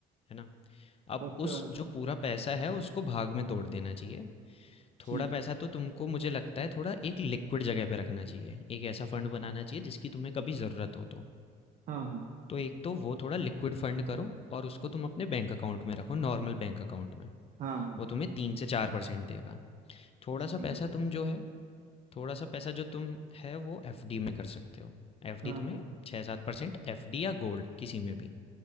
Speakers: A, on the left; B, on the right.
A: है ना अब
B: ओके
A: उस
B: भाई
A: जो पूरा पैसा है उसको भाग में तोड़ देना चाहिए
B: ठीक
A: थोड़ा
B: है
A: पैसा
B: भाई
A: तो तुमको मुझे लगता है थोड़ा एक लिक्विड जगह पे रखना चाहिए एक ऐसा फंड बनाना चाहिए जिसकी तुम्हें कभी ज़रूरत हो तो
B: हाँ हाँ
A: तो एक तो वो थोड़ा लिक्विड फंड करो और उसको तुम अपने बैंक अकाउंट में रखो नॉर्मल बैंक अकाउंट में
B: हाँ हाँ हाँ,
A: वो तुम्हें तीन से चार परसेंट देगा थोड़ा
B: ठीक
A: सा पैसा
B: है भाई,
A: तुम जो है थोड़ा सा पैसा जो तुम है वो एफडी में कर सकते हो एफडी
B: हाँ
A: तुम्हें
B: हाँ
A: छः सात परसेंट एफडी या गोल्ड किसी में भी